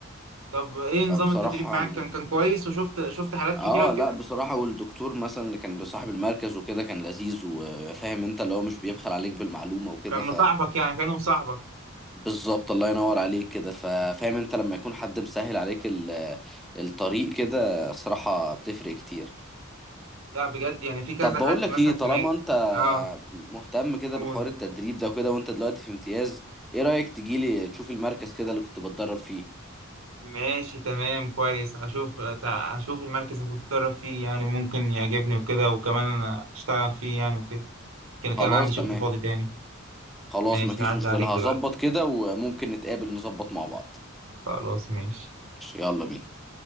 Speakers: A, on the right; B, in the centre.
A: طب ايه
B: فبصراحة
A: نظام التدريب معاك كان كان كويس وشفت شفت حالات
B: اه
A: كتيره وكده
B: لا بصراحة والدكتور مثلا اللي كان بصاحب المركز وكده كان لذيذ وفاهم انت اللي هو مش بيبخل عليك بالمعلومة وكده
A: كان مصاحبك يعني كانوا مصاحبك
B: فبالظبط الله ينور عليك كده ففاهم انت لما يكون حد مسهل عليك ال- الطريق كده صراحة بتفرق كتير
A: لا بجد يعني في كذا
B: طب بقول
A: حد
B: لك
A: مثلا
B: ايه طالما
A: في مج...
B: انت
A: اه
B: مهتم كده
A: قول
B: بحوار التدريب ده وكده وانت دلوقتي في امتياز ايه رأيك تجيلي تشوف المركز كده اللي كنت بتدرب فيه
A: ماشي تمام كويس هشوف تع- هشوف المركز اللي كنت بتدرب فيه يعني ممكن يعجبني وكده وكمان أنا اشتغل فيه يعني وكده كان كان
B: خلاص
A: عندي شفت
B: تمام
A: فاضي تاني
B: خلاص
A: ماشي
B: مفيش
A: هعدي
B: مشكلة
A: عليك دلوقتي
B: هظبط كده وممكن نتقابل نظبط مع بعض
A: خلاص ماشي
B: ماشي، يلا بينا